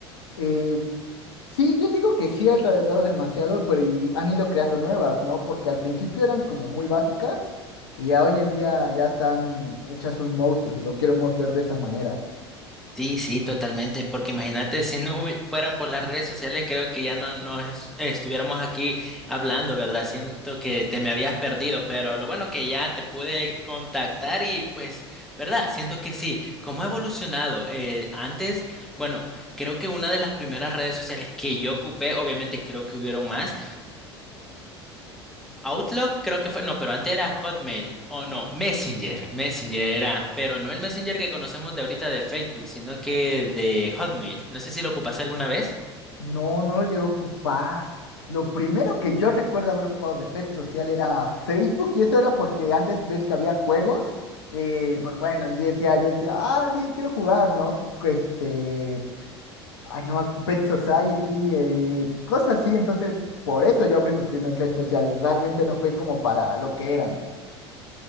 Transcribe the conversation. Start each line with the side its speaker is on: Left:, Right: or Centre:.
Left: Eh, sí, yo digo que sí has tardado demasiado, pero y han ido creando nuevas, ¿no? Porque al principio eran como muy básicas y ya hoy en día ya están hechas un monstruo, si lo queremos ver de esa manera.
Centre: Sí, sí, totalmente, porque imagínate si no hubi- fueran por las redes sociales, creo que ya no, no es- estuviéramos aquí hablando, ¿verdad? Siento que te me habías perdido, pero lo bueno que ya te pude contactar y pues, ¿verdad? Siento que sí, cómo ha evolucionado. Eh, antes, bueno, creo que una de las primeras redes sociales que yo ocupé, obviamente creo que hubieron más, Outlook creo que fue, no, pero antes era Hotmail, o no, Messenger, Messenger era, pero no el Messenger que conocemos de ahorita de Facebook, sino que de Hotmail. No sé si lo ocupaste alguna vez.
Left: No, no lo llego a ocupar. Lo primero que yo recuerdo haber ocupado de red social era Facebook y eso era porque antes ves que había juegos, eh, pues bueno, decía, yo decía, ah, sí, quiero jugar, ¿no? Este... ay, no, Pet Society, eh, cosas así. Entonces, por eso yo abrí mi primer red social. Realmente no fue como para lo que eran.